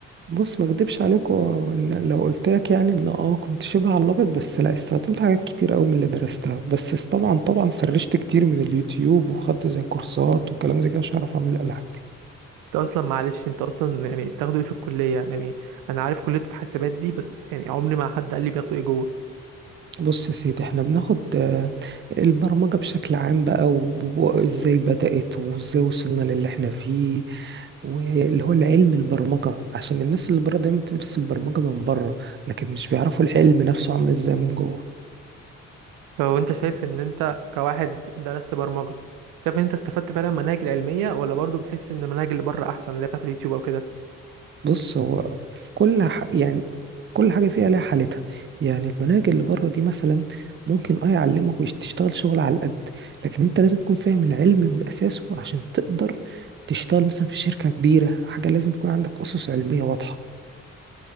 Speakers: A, on the right; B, on the right.
A: بص ما اكدبش عليك و- وإن لو قلت لك يعني ان اه كنت شبه على الابيض بس لا استخدمت حاجات كتير قوي من اللي درستها بس س- طبعا طبعا سرشت كتير من اليوتيوب وخدت زي كورسات وكلام زي كده عشان اعرف اعمل الالعاب دي
B: انت اصلا معلش انت اصلا يعني بتاخده ايه في الكليه يعني انا عارف كليه الحاسبات دي بس يعني عمري ما حد قال لي بياخدوا ايه جوه
A: بص يا سيدي احنا بناخد آه، البرمجة بشكل عام بقى و- وازاي بدأت وازاي وصلنا للي احنا فيه واللي هو العلم البرمجة عشان الناس اللي بره دايما بتدرس البرمجة من بره لكن مش بيعرفوا العلم نفسه عامل ازاي من جوه
B: فهو انت شايف ان انت كواحد درست برمجه شايف ان انت استفدت فعلا من المناهج العلميه ولا برضو بتحس ان المناهج اللي بره احسن اللي هي بتاعت اليوتيوب او كده
A: بص هو في كل ح... يعني كل حاجة فيها لها حالتها يعني المناهج اللي بره دي مثلا ممكن اه يعلمك وتشتغل شغل على القد لكن انت لازم تكون فاهم العلم من أساسه عشان تقدر تشتغل مثلا في شركة كبيرة حاجة لازم تكون عندك أسس علمية واضحة